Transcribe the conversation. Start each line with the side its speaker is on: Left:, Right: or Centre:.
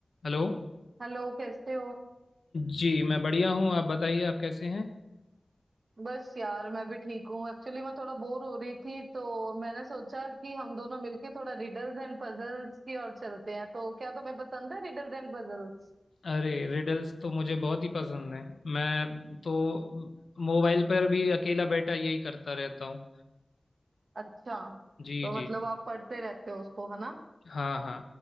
Left: Hello
Right: हेलो कैसे हो
Left: जी मैं बढ़िया हूँ आप बताइए आप कैसे हैं
Right: बस यार मैं भी ठीक हूँ एक्चुअली मैं थोड़ा बोर हो रही थी तो मैंने सोचा कि हम दोनों मिलके थोड़ा रिडल्स एंड पजल्स की ओर चलते हैं तो क्या तुम्हें पसंद है रिडल्स एंड पजल्स
Left: अरे रिडल्स तो मुझे बहुत ही पसंद है मैं तो मोबाइल पर भी अकेला बैठा यही करता रहता हूँ
Right: अच्छा
Left: जी
Right: तो
Left: जी
Right: मतलब आप पढ़ते रहते हो उसको है ना
Left: हाँ हाँ